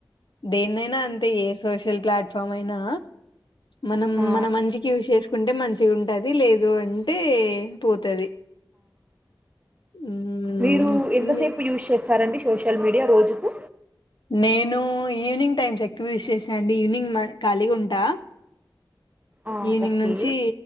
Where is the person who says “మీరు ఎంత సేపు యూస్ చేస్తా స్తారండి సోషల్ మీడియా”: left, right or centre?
Right